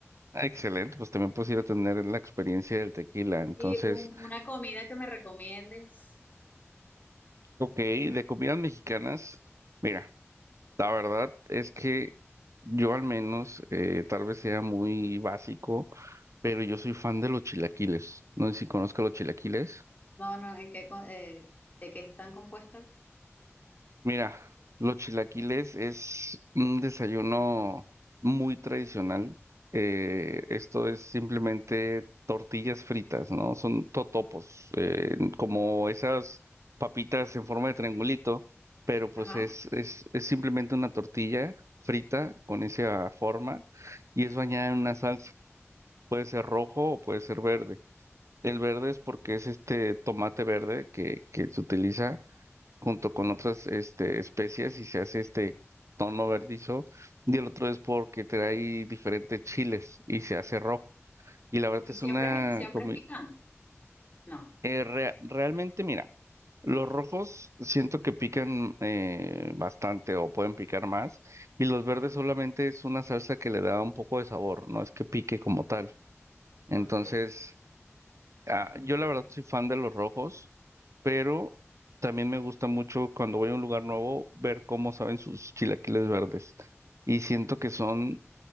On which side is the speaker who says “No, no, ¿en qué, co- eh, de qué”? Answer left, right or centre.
Left